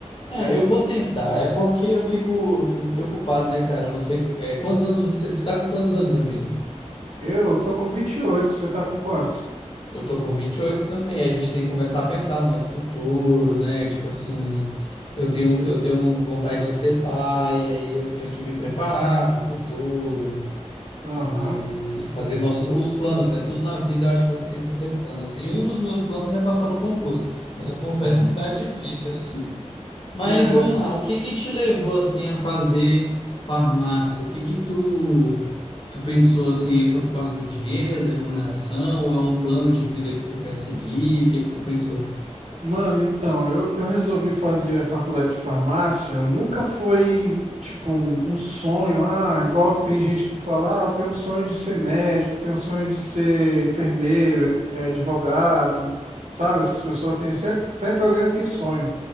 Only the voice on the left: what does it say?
É,
eu vou tentar. É porque eu fico, eu fico preocupado, né, cara? Eu não sei. é, quantos anos você. Você tá com quantos anos, amigo?
Eu tô com 28 também. A gente tem que começar a pensar no nosso futuro, né? Tipo assim, eu tenho, eu tenho vontade de ser pai, aí eu tenho que me preparar pro futuro
e fazer nossos os planos, né? Tudo na vida eu acho que você tem que fazer planos. E um dos meus planos é passar no concurso, mas eu confesso que tá difícil assim. Mas
vamos lá, o que que te levou assim a fazer farmácia? O que que tu tu pensou assim, foi por causa do dinheiro, da remuneração, ou é um plano de vida que tu quer seguir? O que que tu pensou?